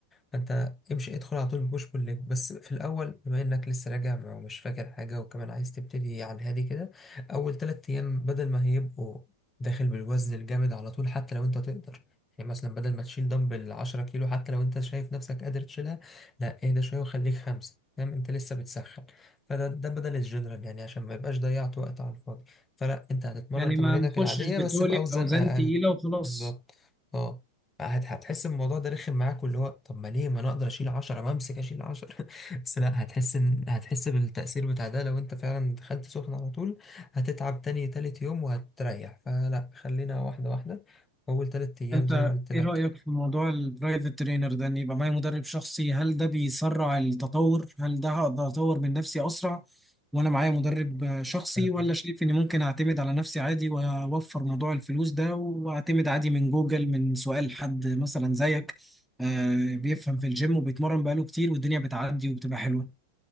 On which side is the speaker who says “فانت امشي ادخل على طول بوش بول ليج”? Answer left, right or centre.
Left